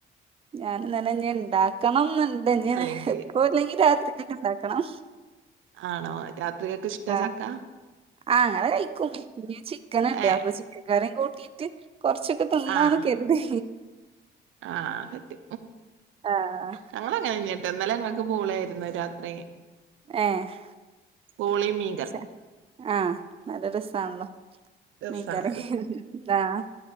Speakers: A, on the right (about 30°); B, on the right (about 80°).
A: ഞാനും തന്നെ ഞ്ഞിഇണ്ടാക്കണം ന്ന്ണ്ട് ഞ്ഞിഇപ്പോ
B: അല്ലെങ്കി
A: അല്ലെങ്കി രാത്രിക്കക് ഇണ്ടാക്കണം.
B: ആണോ രാത്രികക്ക് ഇഷ്ട്ടാ
A: ആഹ്
B: ചക്ക
A: ആഹ് അത് കഴിക്കും ഇനി ചിക്കൻ ഇണ്ട്
B: ഏ
A: അപ്പൊ ചിക്കെൻ കറീം കൂട്ടിയിട്ട് കൊർച്ചൊക്കെ തിന്നാന്ന്
B: ആഹ്
A: കെരുതി
B: ആഹ് കിട്ടി
A: ആഹ്
B: ഞങ്ങ ല്ലട്ടോ ഇന്നലെ ഞങ്ങൾക്ക് പൂളേര്ന്നു രാത്രി
A: ഏഹ്
B: പൂളീ മീ
A: സാ ആഹ് നല്ല രെസാണല്ലോ
B: രസാണല്ലോ
A: മീൻകറി ആഹ്